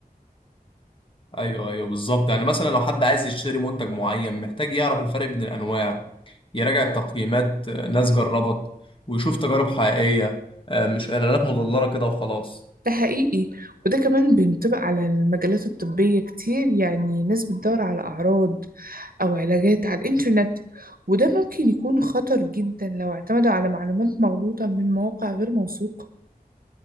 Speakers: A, on the left; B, on the right.
A: ايوه ايوه بالظبط يعني مثلا لو حد عايز يشتري منتج معين محتاج يعرف الفرق بين الانواع يراجع التقييمات آه، ناس جربت ويشوف تجارب حقيقية آه، مش إعلانات مضللة كده وخلاص
B: ده حقيقي وده كمان بينطبق على المجالات الطبية كتير يعني ناس بتدور على أعراض أو علاجات على الإنترنت وده ممكن يكون خطر جدا لو اعتمدوا على معلومات مغلوطة من مواقع غير موثوقة